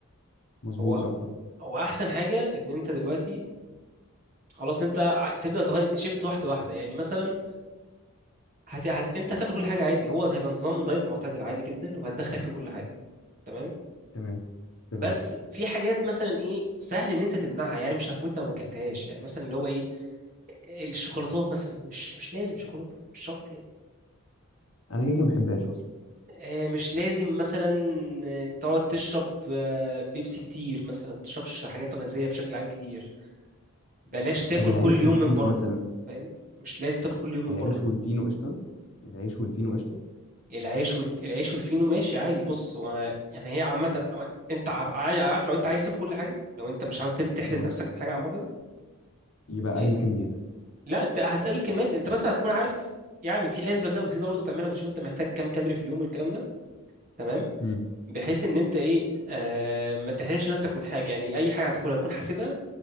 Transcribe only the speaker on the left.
مظبوط
صح اه.
تمام تمام
انا كده كده ما بحبهاش اصلا
طب العيش
والفينو
مثلا
العيش
والفينو قشطة العيش والفينو قشطة
اه
يبقى
أقل الكميات
مم.